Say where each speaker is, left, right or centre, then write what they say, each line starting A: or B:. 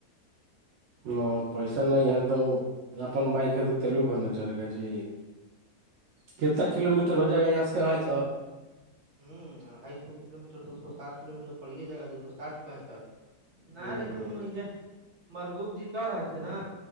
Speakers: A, on the right (about 65°); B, on the right (about 45°).
A: م پیسہ نہیں ہے تو اپن بائک ہے تو تل بھی بھرنا چ رہ گ جی کتنا کلو میٹر ہو جائے گا یہاں سے اڑھائی سو
B: ہوں اڑھائی سو کلو میٹر دو سو سٹھ کلو میٹر پڑیے جگہ دو سو ساٹ پسٹ نہیں
A: ہ
B: لیکن یہ مرگوب جی کر رہے تھے نا